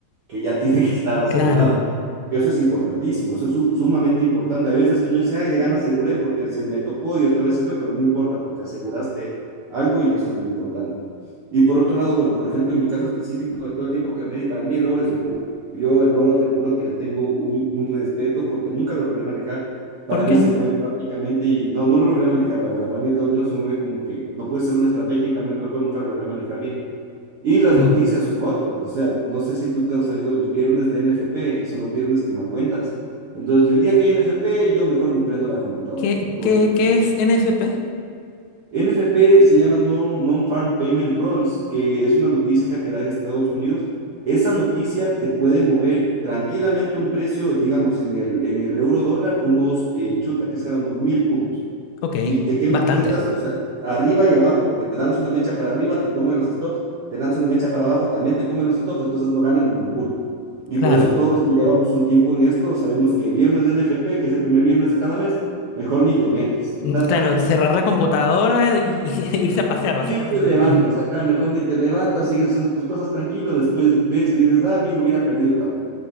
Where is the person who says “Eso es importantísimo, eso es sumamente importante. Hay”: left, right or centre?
Right